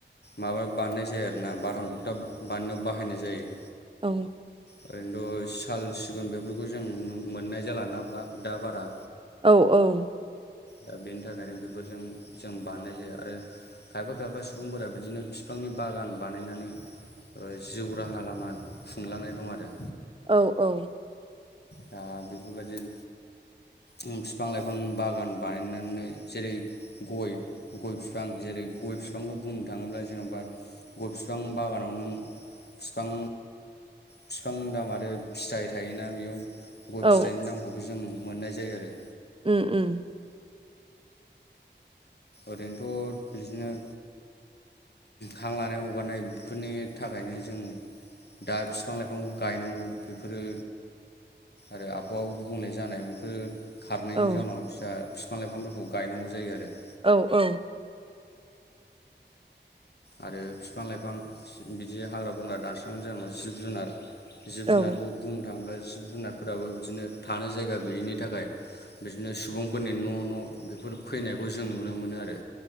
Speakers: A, on the left (about 60°); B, on the right (about 30°).
A: माबा बानायनाय जायो आरोना बाथाम थखथा बानायनायाव बाहायनाय जायो।
B: औ
A: ओरैनोथ' साल सिगुन बेफोरखौ जों मोननाय जालाना बा दा बारा
B: औ औ।
A: दा बेनि थाखायनो बेफोरजों जों बानायनाय जाया आरो खायफा खायफा सुबुंफोरा बिदिनो फिफांनि बागान बानायनानै ओ जिउ राहा लामा खुंलांनाय दं आरो
B: औ औ।
A: दा बेफोर बायदि उम फिफां लाइफां बागान बानायनानै जेरै गय गय फिफां जेरै गय फिफांखौ बुंनो थाङोब्ला जेन'बा गय फिफां बागानाव नों फिफां फिफां दाम आरो फिथाइ थायो ना बेयाव गय
B: औ
A: फिथाइनि दामखौबो जों मोननाय जायो आरो
B: ओम ओम।
A: ओरैनोथ' बिदिनो हां लानाय हगारनाय बेफोरनि थाखायनो जों दा फिफां लाइफांखौ गायनांगौ बेफोरो आरो आबहावा गुबुंले जानाय बेफोरो खारनायनि
B: औ
A: जाउनाव <unintelligible> फिफां लाइफांफोरखौ गायनांगौ जायो आरो
B: औ औ।
A: आरो फिफां लाइफां बिदि हाग्रा बंग्रा दानस्रांनाय जाउनाव जिब जुनार जिब जुनारखौ
B: औ
A: बुंनो थाङोब्ला जिब जुनारफोराबो बिदिनो थानो जायगा गैयिनि थाखाय बिदिनो सुबुंफोरनि न' न' बेफोर फैनायखौ जों नुनो मोनो आरो